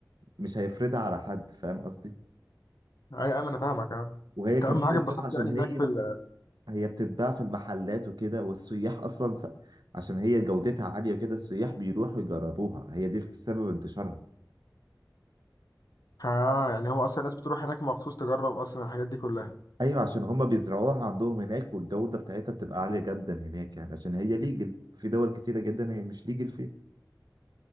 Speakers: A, on the right (about 75°); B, on the left (about 60°).
A: مش هيفرضها على حد فاهم قصدي
B: اي ايوه انا فاهمك اه
A: وهي
B: انت
A: كمان
B: اهم حاجه
A: بالذات
B: اتبسطت
A: عشان
B: يعني هناك
A: هي
B: في ال
A: هي بتتباع في المحلات وكده والسياح اصلا س... عشان هي جودتها عالية كده السياح بيروحوا يجربوها هي دي في سبب انتشارها
B: اه يعني هو اصلا الناس بتروح هناك مخصوص تجرب اصلا الحاجات دي كلها
A: ايوه عشان هما بيزرعوها عندهم هناك والجودة بتاعتها بتبقى عالية جدا هناك يعني عشان هي ليجل في دول كتيرة جدا هي مش ليجل فيها